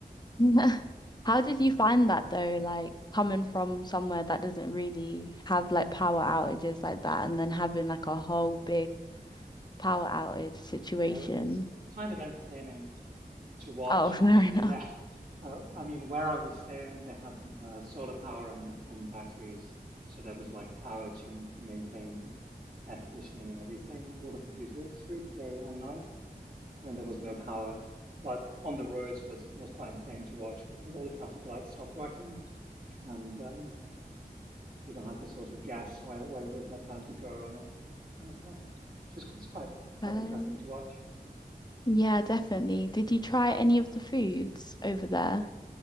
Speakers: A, on the left; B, on the right.
A: <laughs> How did you find that though? Like coming from somewhere that doesn't really have like power outages like that, and then having like a whole big power outage situation.
B: Yeah, it was kind of entertaining to watch
A: Oh, <laughs> fair
B: actually.
A: enough.
B: Yeah, <laughs> uh, I mean where I was staying, they had uh, solar power and and batteries, so there was like power to maintain air conditioning and everything and all the computers through the day and night. when there was no power. But on the roads was was quite entertaining to watch because all the traffic lights stopped working and um, people had to sort of guess whether whether it was their turn to go or not, that kind of stuff. Just it's quite quite
A: Well,
B: interesting to watch.
A: yeah, definitely. Did you try any of the foods over there?